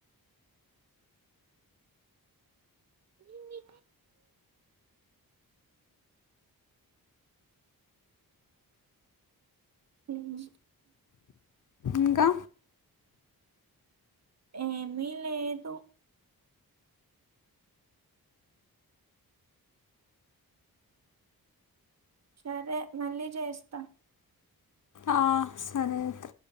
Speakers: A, on the right (about 45°); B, on the left (about 55°).
A: నేను నీ ఉహు
B: ఇంకా
A: ఏమి లేదూ సరే మళ్ళీ చేస్తా
B: ఆ సరే అయితే